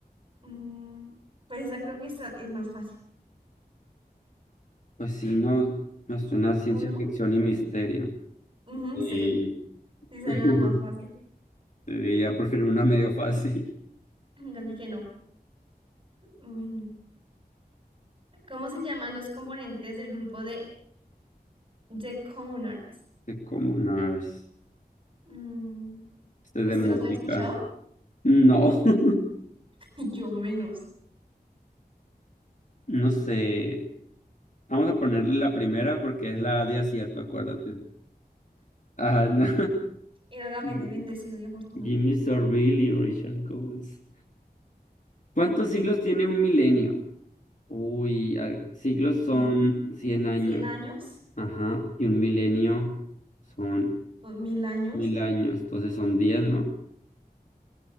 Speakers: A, on the right (about 35°); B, on the left (about 50°).
A: Mm, pues esa creo que esa es más fácil.
B: Pues sí, no, no es una ciencia
A: ¿O no?
B: ficción y misterio.
A: Ujú,
B: Sí.
A: sí. Sí, esa
B: <laughs>
A: era la más fácil.
B: Sí, ya prefiero <laughs> una medio fácil.
A: <clears throat> Casi que no. Uy, no. ¿Cómo se llaman los componentes del grupo de The Common Arts.
B: De Comunars.
A: Mm,
B: Este es
A: ¿Usted
B: de música.
A: los había escuchado?
B: No. <laughs>
A: <laughs> Yo menos.
B: No sé, vamos a ponerle la primera porque es la de acierto, acuérdate. Ah, no.
A: Era la
B: <laughs>
A: vez de bendecido y afortunado.
B: Jimmy Savile y Richard Coles. ¿Cuántos siglos tiene un milenio? Uy, a ver, siglos son
A: Mira,
B: 100 años,
A: Cien años,
B: ajá, y un milenio son
A: Dos mil años.
B: mil años, entonces son 10, ¿no?